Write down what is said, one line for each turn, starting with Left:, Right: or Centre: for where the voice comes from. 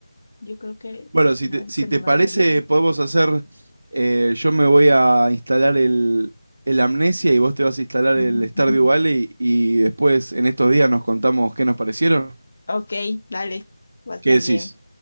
Left: Yo creo que
Right: Bueno, si
Left: no,
Right: te, si
Left: se
Right: te
Left: me va
Right: parece,
Left: a dar bien.
Right: podemos hacer. eh, yo me voy a instalar el, el Amnesia y vos te vas a instalar
Left: <laughs>
Right: el Stardew Valley y después en estos días nos contamos qué nos parecieron.
Left: Ok, dale. Va a estar
Right: ¿Qué decís?
Left: bien.